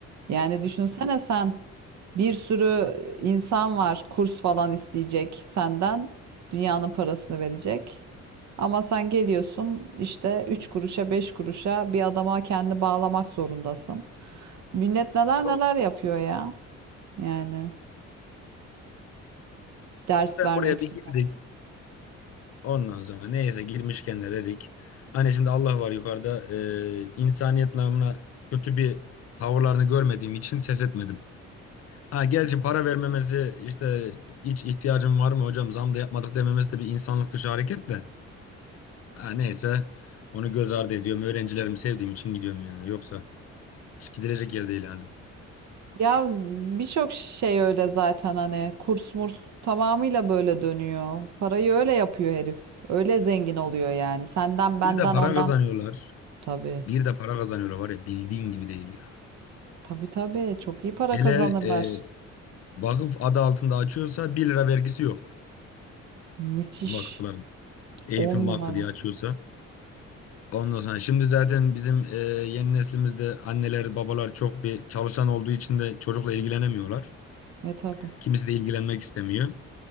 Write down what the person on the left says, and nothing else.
Halbuki
bak
Doğan abi böyle
bir güzelliği
kalmadı
ya.
Vallahi
öyle. Yok.
ya.
Evet,
Ben
buraya bir
girdik. Ondan sonra neyse girmişken de dedik. Hani şimdi Allah var yukarıda eee, insaniyet namına kötü bir tavırlarını görmediğim için ses etmedim. Ha gerçi para vermemesi işte hiç ihtiyacım var mı hocam zam da yapmadık dememesi de bir insanlık dışı hareket de. Ha neyse onu göz ardı ediyorum. Öğrencilerimi sevdiğim için gidiyorum ya. Yoksa hiç gidilecek yer değil yani.
Bir de para
kazanıyorlar.
Bir de para kazanıyorlar var ya bildiğin gibi değil ya.
Hele
eee, vakıf adı altında açıyorsa bir lira vergisi yok
vakıfların. Eğitim
Vakfı diye açıyorsa. Ondan sonra şimdi zaten bizim e, yeni neslimizde anneler babalar çok bir çalışan olduğu için de çocukla ilgilenemiyorlar.
Kimisi de ilgilenmek istemiyor.